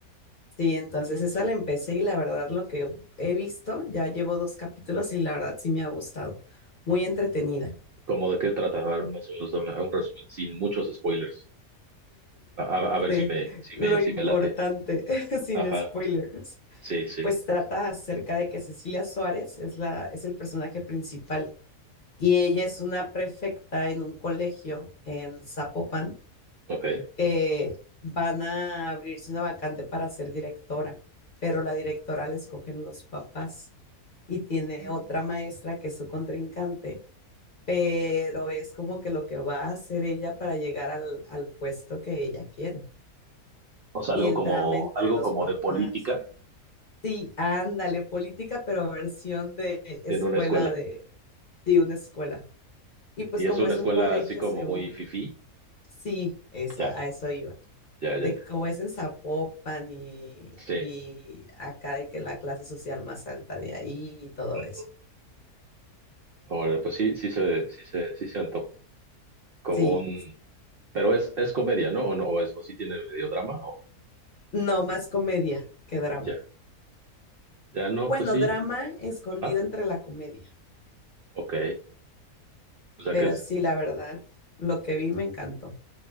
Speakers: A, on the left; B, on the right.
A: Sí, entonces esa la empecé y la verdad lo que he visto, ya llevo dos capítulos y la verdad sí me ha gustado. Muy entretenida.
B: ¿Cómo de qué trata? A ver, más o menos dame un resumen, sin muchos spoilers. A, a- a ver
A: De
B: si me, si
A: lo
B: me, si
A: importante,
B: me late.
A: <laughs> sin
B: Ajá,
A: spoilers,
B: sí, sí,
A: pues trata acerca de que Cecilia Suárez es la, es el personaje principal y ella es una prefecta en un colegio en Zapopan
B: ok.
A: que van a abrirse una vacante para ser directora, pero la directora la escogen los papás y tiene
B: Mm,
A: otra maestra que es su contrincante, pero es como que lo que va a hacer ella para llegar al, al puesto que ella quiere.
B: O sea,
A: Y
B: algo
A: el
B: como,
A: drama entre
B: algo
A: los
B: como
A: papás.
B: de política
A: Sí, ándale, política, pero versión de escuela,
B: en una escuela.
A: de, de una escuela. Y pues
B: Y
A: como
B: es una
A: es
B: escuela
A: un colegio,
B: así como
A: según,
B: muy fifí.
A: sí, eso,
B: Ya,
A: a eso iba.
B: ya, ya,
A: de
B: ya.
A: que como es en Zapopan y,
B: Sí.
A: y acá de que la clase social más alta de ahí y todo
B: Mm,
A: eso.
B: Ahora, pues sí, sí se, sí se, sí se antoja. Como
A: Sí,
B: un, pero es, es comedia, ¿no? O no, o es, o sí tiene medio drama, o
A: no más comedia que drama.
B: ya. Ya no,
A: Bueno,
B: pues sí.
A: drama escondido
B: Ajá.
A: entre la comedia,
B: Ok. O sea,
A: pero
B: ¿qué es,
A: sí, la verdad, lo que vi me encantó.